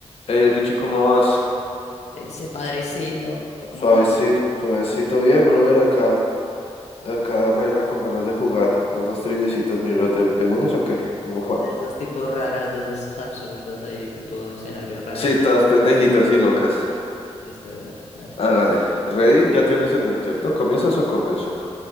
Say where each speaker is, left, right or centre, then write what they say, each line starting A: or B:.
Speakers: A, on the left; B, on the left.
A: Hey Richie, ¿cómo vas?
B: Le dice, padrecito, ¿cómo
A: Suavecito,
B: vas?
A: suavecito, bien, brother, acá, acá regla con ganas de jugar a unas triviecitas, mi bro, ¿te, te unes o qué? ¿Cómo fue?
B: De esas tipos raras, de esas absurdas, ahí tipo escenarios raros.
A: Citas pendejitas y locas.
B: Listo, de una, dale.
A: Hágale. Rey, ya tienes el link, ¿cierto? ¿Comienzas o comienzo?